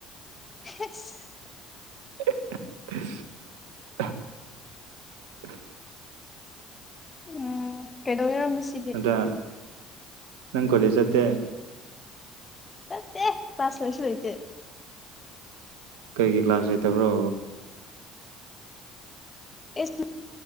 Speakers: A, on the left (about 30°); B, on the right (about 75°).
A: <unintelligible>
B: <unintelligible>
A: ꯎꯝ ꯀꯩꯗꯧ ꯔꯤꯔꫭ ꯉꯁꯤ
B: ꯑꯗ꯭ꯔ ꯅꯪ ꯀꯣꯂꯦꯖ ꯆꯠꯇꯦ
A: ꯆꯗꯦ ꯀꯂꯥꯁ ꯂꯩꯁꯨ ꯂꯩꯇꯦ
B: ꯀꯩꯒꯤꯩ ꯀ꯭ꯂꯥꯁ ꯂꯩꯇꯕ꯭ꯔꯣ
A: ꯏꯁ